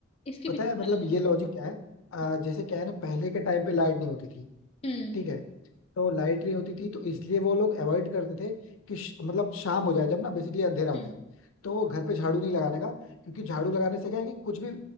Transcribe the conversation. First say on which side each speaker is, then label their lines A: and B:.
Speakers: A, on the left; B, on the left.
A: इसके
B: पता
A: भी ख्याल
B: है मतलब
A: होता
B: ये लॉजिक क्या है अ,
A: है।
B: जैसे क्या है ना पहले के टाइम पे लाइट नहीं होती थी
A: हम्म
B: ठीक है तो लाइट नहीं होती थी तो इसलिए वो लोग अवॉइड करते थे कि श- मतलब शाम हो जाए जब ना बेसिकली अंधेरा हो
A: हम्म
B: जाए तो वो घर पे झाड़ू नहीं लगाने का क्योंकि झाड़ू लगाने से क्या है कि कुछ भी